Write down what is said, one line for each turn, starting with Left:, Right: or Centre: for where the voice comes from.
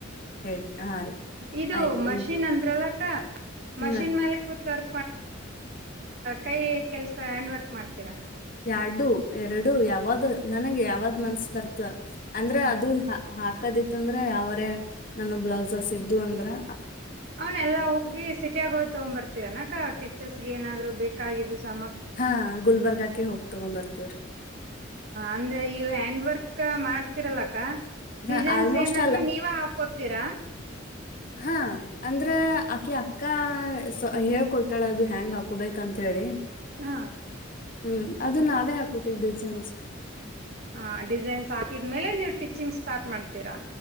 Left: ಹೇಳ್ ಹಾ ರೀ
Right: ಇದು
Left: ಆಯ್ತು
Right: ಮಷೀನ್ ಅಂದ್ರೆ ಮಷೀನ್
Left: ಹಾ ರೀ
Right: ಮೇಲೆ ಕೂತುವರ್ ಕೈ ಕೆಲಸ ಹ್ಯಾಂಡ್ ವರ್ಕ್ ಮಾಡ್ತೀರ
Left: ಯಾಡ್ದು ಎರಡು ಯಾವದ್ದು ನನಗೆ ಯಾವದ ಮನಸ್ಸು ಬರುತ್ತೋ ಅಂದ್ರೆ
Right: ಹ್ಮ್
Left: ಅದು ಕದಿತಂದ್ರೆ ಅವರೇ ನನಗೂ ಬ್ಲೌಸಸ್ ಇದ್ದು ಅಂದರೆ
Right: ಅವನ್ನೆಲ್ಲಾ ಹೋಗಿ ಸಿಟಿಯಲ್ಲಿ ಹೋಗಿ ತಗೊಂಡ್ ಬರ್ತೀರಾ ಏನಕ್ಕ ಸ್ಟಿಚಸ್ ಗೆ ಏನಾದರೂ ಬೇಕಿದ್ ಕಾಯ್ದು ತ್ಮ
Left: ಹಾ ಗುಲ್ಬರ್ಗಾಕ್ಕೆ ಹೋಗಿ ತಗೊಂಡ್ ಬರ್ತೇವ್ರಿ
Right: ಅಂದ್ರೆ ಹ್ಯಾಂಡ್ ಎರಾಂಕ್ ಮಾಡ್ತಾ ತರ್ತೀರಿ ಅಲಾ ಅಕ್ಕಾ
Left: ಹಾ
Right: ಡಿಸೈನ್
Left: ಆಲ್ಮೋಸ್ಟ್
Right: ಏನಾದ್ರು ನೀವ್ ಹಾಕುತೀರಾ
Left: ಹ್ಮ್ಮ್ ಅಂದ್ರ ಅಕಿ ಅಕಿ ಕ ಹೇಳ್ಕೊಡ್ತೀಲಾ ಹೆಂಗ ಹಾಕೋಬೇಕು ಅಂತ ಹೇಳಿ
Right: ಹ್ಮ್
Left: ಹ್ಮ್ ಅದು ನಾವೇ ಹಾಕುತೀವಿ ಡಿಸೈನ್ಸ
Right: ಹಾ ಡಿಸೈನ್ ಹಾಕಿದ್ಮೇಲೇ ನೀವ್ ಸ್ಟಿಚಿಂಗ್ ಸ್ಟಾರ್ಟ್ ಮಾಡ್ತೀರಾ